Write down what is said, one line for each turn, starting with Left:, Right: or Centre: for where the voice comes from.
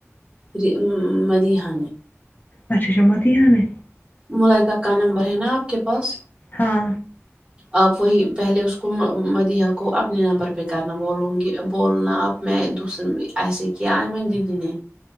Right: جی مدیہا
Left: اچہا اچہب مدیہا نی
Right: ملکہ کا نمبر ہے نا آپ کے پاس
Left: ہاں
Right: آپ وہی پہلے اس کو مدیہہ کو اپنے نمبر پہ کرنا بولوں گی بولنا آپ میں دوسرے ایسے کیا ہے میری دیدی نے